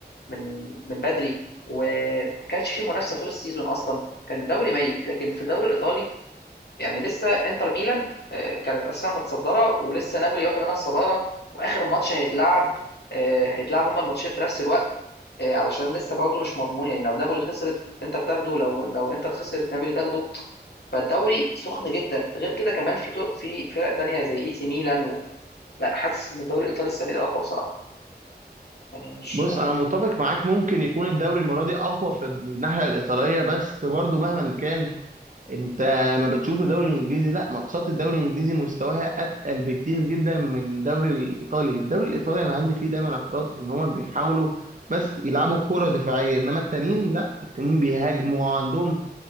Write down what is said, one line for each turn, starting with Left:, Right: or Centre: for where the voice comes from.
Left: من من بدري وما كانش فيه منافسه طول السيزون اصلا كان الدوري ميت لكن في الدوري الايطالي يعني لسه انتر ميلان آه، كانت اساسا متصدره ولسه نابولي واخده منها الصداره واخر ماتش هيتلعب آه، هيتلعب هما الماتشين في نفس الوقت آه، علشان لسه برضه مش مضمون يعني لو نابولي خسرت انتر تاخده لو لو انتر خسرت نابولي تاخده فالدوري سخن جدا غير كده كمان في طرق- في فرق تانية زي اي سي ميلان و... لا حاسس ان الدوري الايطالي السنه دي اقوى بصراحه يعني مش
Right: بص انا متفق معاك ممكن يكون الدوري المره دي اقوى في الناحيه الايطاليه بس برضه مهما كان انت ما بتشوف الدوري الانجليزي لا ماتشات الدوري الانجليزي مستواها اتقل بكتير جدا من الدوري الايطالي الدوري الايطالي انا عندي فيه دايما اعتراض ان هما بيحاولوا بس يلعبوا كرة دفاعية انما التانيين لا التانيين بيهاجموا وعندهم